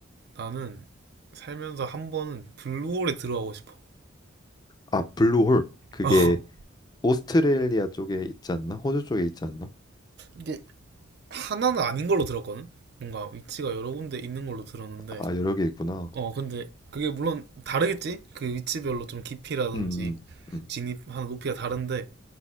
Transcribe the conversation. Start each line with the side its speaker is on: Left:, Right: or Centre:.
Right: 나는 살면서 한 번은 블루홀에 들어가고 싶어.
Left: 아, 블루홀. 그게
Right: <laughs> 어.
Left: 오스트레일리아 쪽에 있지 않나? 호주 쪽에 있지 않나?
Right: 이게 하나는 아닌 걸로 들었거든. 뭔가 위치가 여러 군데 있는 걸로 들었는데,
Left: 아, 여러 개 있구나.
Right: 어, 근데 그게 물론 다르겠지? 그 위치별로 좀 깊이라든지
Left: 음, 음, 음,
Right: 진입하는 높이가 다른데,